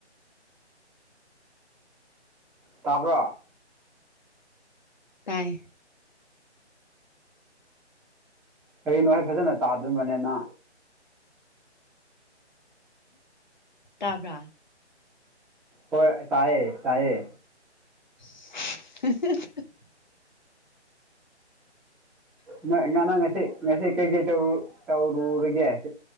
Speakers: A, in the centre; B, on the left.
A: ꯇꯥꯕ꯭ꯔꯥ꯫
B: ꯇꯥꯏ꯫
A: ꯀꯔꯤꯅꯣ ꯍꯦ ꯐꯖꯅ ꯇꯥꯗꯕꯅꯦꯅ꯫
B: ꯇꯕꯔꯥ꯫
A: ꯍꯣꯏ ꯇꯥꯏꯌꯦ ꯇꯥꯏꯌꯦ꯫
B: <unintelligible>
A: ꯅꯣꯏ ꯉꯅ ꯉꯁꯩ ꯉꯁꯩ ꯀꯩ ꯀꯩ ꯇꯧꯔꯨ ꯇꯧꯔꯨꯔꯒꯦ